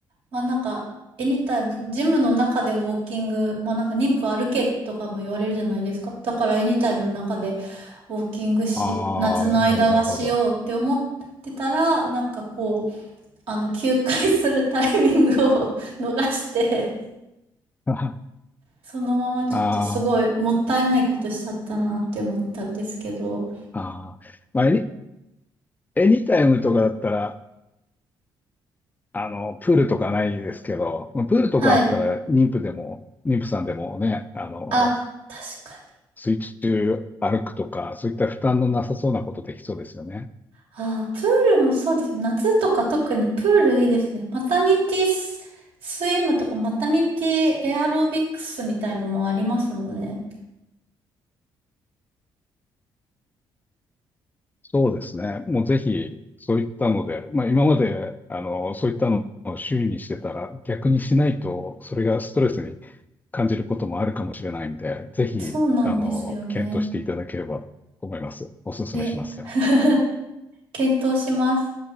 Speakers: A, on the right; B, on the left.
A: まあなんか、エニタイム、そのジムの中でウォーキング、まあなんか妊婦歩けとかも言われるじゃないですか。だからエニタイムの中でウォーキングし、
B: ああ、
A: 夏の間はしようって思ってたら、
B: なるほど、なるほど。
A: なんかこう、あの、休会するタイミングを <laughs> 逃して
B: <laughs>
A: そのままちょっとすごいもったいないことしちゃったなって思ったんですけど。
B: ああ、ああ、まあ、エニ、エニタイムとかだったら、あの、プールとかないですけど、プールとかあったら、
A: はい。
B: 妊婦でも、妊婦さんでもね、あの、
A: あ、確かに。
B: 水中歩くとか、そういった負担のなさそうなことできそうですよね。
A: あー、プールもそうですね。夏とか特にプールいいですね。マタニティス、スイムとかマタニティエアロビクスみたいのもありますもんね。
B: そうですね。もうぜひ、そういったので、まあ今まで、あの、そういったのを周囲にしてたら、逆にしないと、それがストレスに感じることもあるかもしれないんで、ぜひ、
A: そうなんですよね。
B: あの、検討していただければと思います。お勧めしますよ。
A: え、<laughs> 検討します。